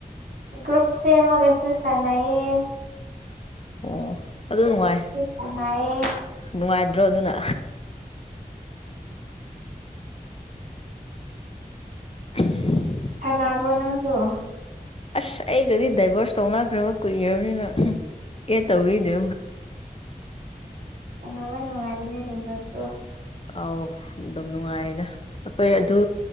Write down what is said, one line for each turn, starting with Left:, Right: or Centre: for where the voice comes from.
Right: ꯭ꯔꯨꯨꯞꯁꯦ ꯃꯒ ꯑꯦꯁꯤꯁꯇꯅꯑ
Left: ꯑꯣ ꯑꯗꯨ ꯅꯨꯡꯉꯥꯏ
Right: ꯁꯥꯟꯅꯩꯌꯦ
Left: ꯅꯨꯡꯉꯥꯏꯗ꯭ꯔꯣ ꯑꯗꯨꯅ <unintelligible>
Right: ꯃꯥꯅꯥ ꯄꯨꯣ ꯂꯉꯁꯨꯣ
Left: ꯑꯁ ꯑꯩꯒꯗꯤ ꯗꯥꯏꯚꯣꯔꯁ ꯇꯧꯅꯈ꯭ꯔꯕ ꯀꯨꯏꯈꯔꯕꯅꯤꯅ ꯑꯦ ꯇꯧꯗ
Right: ꯀꯅꯥꯕ ꯅꯨꯡꯉꯥꯏꯕꯅꯤ ꯂꯗꯁꯨꯣ
Left: ꯑꯥꯎ ꯑꯗꯨꯝ ꯅꯨꯡꯉꯥꯏꯅ ꯑꯩꯈꯣꯏ ꯑꯗꯨ